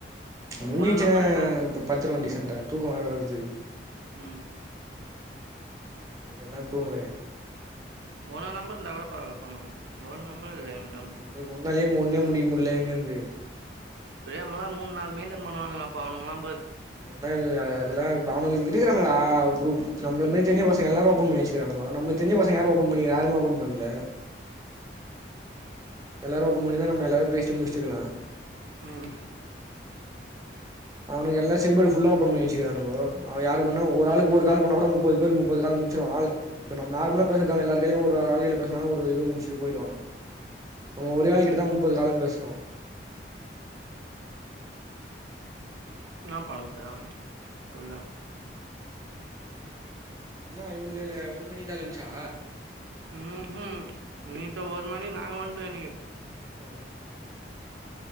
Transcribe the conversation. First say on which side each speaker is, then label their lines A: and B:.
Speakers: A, on the right; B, on the right.
A: முஞ்சிச்சுனா
B: உன்னோட நம்பர் இருந்தா
A: இப்ப பத்துருவ டீசன்டா தூக்கோ வேற வர்து
B: ம்
A: நைட்டெல்லா தூங்கல
B: உன்னோர் நம்பர் இர்ந்தா கூட பரவால பண்லாம் <unintelligible> நம்பர் இல்ல ஏங்கிட்ட
A: நம்மளுக்கு ஒன்னாலயே ஒன்னே முடிக்க முட்ல எங்கெந்து
B: ப்ரேமெல்லா மூணு நாள் மெய்ன்டென் பண்ணுவானுங்க அப்போ அவனுங்லா பார்
A: <unintelligible> அதெல்லா இப்ப அவுனுங்ளுக் இருக்குறானுங்டா ஒ குரூப் நம்ள மாரி தெரிஞ்ச பசங்க எல்லாரு ஓப்பன் பண்ணி வெச்சிகிறானுங்கோ நம் ளுக் தெஞ்ச பசங்க யாரு ஓபன் பண்ணிக்கிறா யாருமே ஓபன் பண்ல எல்லாரு ஓபன் பண்ணிந்தா நம்ம எல்லாரு பேஸ்டு முஷ்ட்ருக்கலா
B: ம்
A: அவுனுங் எல்லா செம்படு ஃபுல்ல ஓபன் பண்ணி வெச்சிகிறானுங்கோ அவ யாருக்குவோனா ஒரு ஆளுக்கு ஒரு கால் பண்ணா கூட முப்பது பேருக்கு முப்பது கால் முட்ச்சிருவா ஆளு இப்ப நம் நார்மலா பேசர்தால எல்லார் கைலியு ஒரு ஆளு கைல பேசுனாலு ஒரு இது முஷ்ட்டு போய்டுவா நம்ம ஒரே ஆள் கிட்ட தா முப்பது காலு பேசுறோ
B: நான் <unintelligible> ஆ சொல்ல
A: இன்ன இவளோ லேட்டு ஒரு மணிக்குதான் லான்சா
B: உம் உம் நேத்து ஒருமணி நாங்க வன்டோம் இன்னைக்கு
A: <unintelligible>